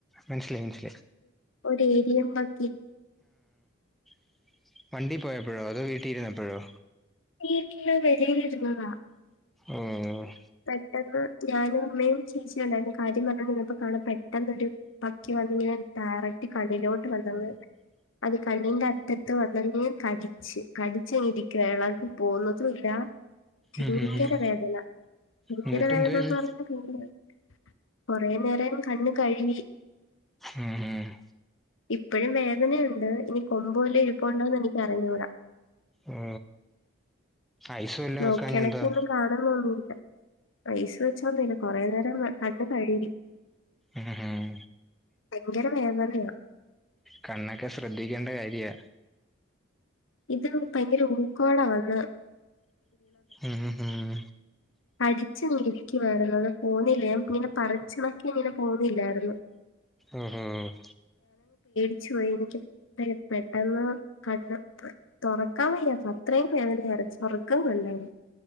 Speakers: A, in the centre; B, on the left.
A: മനസ്സിലായി മനസിലായി
B: ഒരു ഏരിയൻ പക്കി
A: <inaudible> വണ്ടി പോയപ്പോഴോ അതോ വീട്ടിൽ ഇരുന്നപ്പോഴോ
B: വീട്ടില്‌ വെളിയിലിരുന്നതാ
A: ഒ ഓ
B: പെട്ടന്ന് ഞാനും അമ്മയും ചേച്ചിയുണ്ടായിരുന്നു കാര്യം പറഞ്ഞോണ്ടിരുന്നപ്പോൾ കാണാം പെട്ടെന്നരു പക്കി വന്ന് ഞാൻ ഡയറക്ട് കണ്ണിലോട്ട് വന്നങ്ങ് അത് കണ്ണിന്റെ അറ്റത്ത് വ <unintelligible> കടിച്ചങ്ങ് കടിച്ചങ്ങിരിക്കുകയാ എളകി പോകുന്നതുമില്ല ഭയങ്കര
A: ഉം ഉം
B: വേദന ഭങ്കര
A: എന്നിട്ട്
B: വേദന
A: എന്തോ ചെയ്ത്
B: എന്ന് പറഞ്ഞ <inaudible> കൊറെ നേരം കണ്ണ് കഴുകി.
A: ഉം ഉം
B: ഇപ്പഴും വേദനയുണ്ട് ഇനി കൊമ്പ് വല്ലോം ഇരു പ്പോണ്ടോന്ന് എനിക്കറിഞ്ഞൂട.
A: ഓ ഐസ് വല്ലോം
B: നോക്കിയണക്കൊന്നും
A: വെക്കാഞ്ഞ എന്താ
B: കാണുന്നൊന്നും ഇല്ല. ഐസ് വെച്ചൊന്നും ഇല്ല. കൊറെ നേരം കണ്ണു കഴിവി.
A: ഉം ഉം
B: ഭയങ്കര വേദനയാ
A: കണ്ണൊക്കെ ശ്രദ്ധിക്കേണ്ട കാര്യ.
B: ഇത് ഭയങ്കര ഉക്കോടാ വന്ന്
A: ഉം ഉം
B: കടിച്ചങ്ങിരിക്കുവാരുന്നു അത് പോന്നില്ല ഞാൻ പിന്ന പറിച്ചണക്കെ ഇങ്ങനെ പോന്നില്ലായിരുന്നു.
A: ഉം ഉം
B: ച്ചോയിരിക്കും പെട്ടെന്ന് കണ്ണ് തു തുറക്കാൻ വയ്യ അത്രയും വേദനഉയരുന്നു. സ്വർഗം കണ്ട് <inaudible>